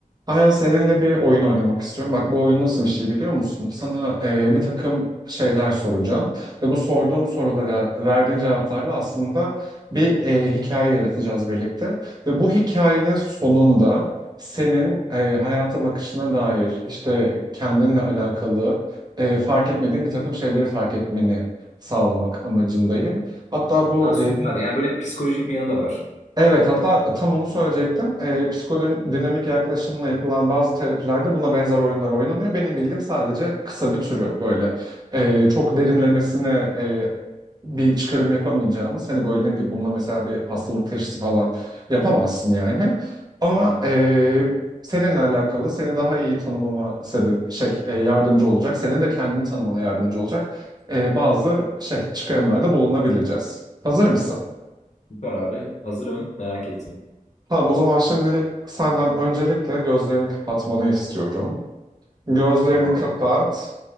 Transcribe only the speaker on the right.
Aya seninle bir oyun oynamak istiyorum. Bak bu oyun nasıl bir şey biliyor musun? Sana e, bir takım şeyler soracağım ve bu sorduğum sorulara verdiğin cevaplarla aslında bir e, hikaye yaratacağız birlikte. Ve bu hikayenin sonunda senin e, hayata bakışına dair işte kendinle alakalı e, fark etmediğin bir takım şeyleri fark etmeni sağlamak amacındayım. Hatta bu
Evet, hatta tam onu söyleyecektim. Ee, psikodinamik yaklaşımla yapılan bazı terapilerde buna benzer oyunlar oynanıyor. Benim bildiğim sadece kısa bir türü böyle. Ee, çok derinlemesine e, bir çıkarım yapamayacağımız. Hani böyle ne bileyim bununla mesela bir hastalık teşhisi falan yapamazsın yani. Ama e, seninle alakalı seni daha iyi tanımama sebep şey e, yardımcı olacak. Senin de kendini tanımana yardımcı olacak. e, bazı şey çıkarımlarda bulunabileceğiz. Hazır mısın?
Tamam, o zaman şimdilik senden öncelikle gözlerini kapatmanı istiyorum. Gözlerini
kapat